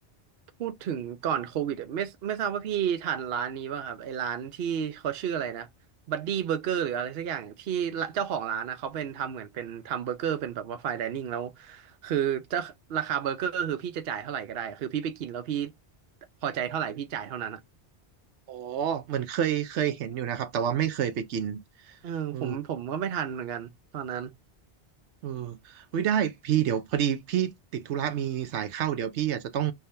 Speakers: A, on the right (about 65°); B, on the right (about 80°).
A: พูดถึงก่อนโควิดอะไม่ไม่ทราบว่าพี่ทานร้านนี้ป่ะครับไอ้ร้านที่เขาชื่ออะไรนะบัดดี้เบอร์เกอร์หรืออะไรสักอย่างที่ละเจ้าของร้านนะเขาเป็นทำเหมือนเป็นทำเบอร์เกอร์เป็นแบบว่าไฟน์ไดนิ่งแล้วคือจะราคาเบอร์เกอร์คือพี่จะจ่ายเท่าไหร่ก็ได้คือพี่ไปกินแล้วพี่พอใจเท่าไหร่พี่จ่ายเท่านั้นอะ
B: อ๋อเหมือนเคยเคยเห็นอยู่นะครับแต่ว่าไม่เคยไปกิน
A: เออผมผมก็ไม่ทันเหมือนกันตอนนั้น
B: เออเออเฮ้ยได้พี่เดี๋ยวพอดีพี่ติดธุระมีสายเข้าเดี๋ยวพี่อาจจะต้อง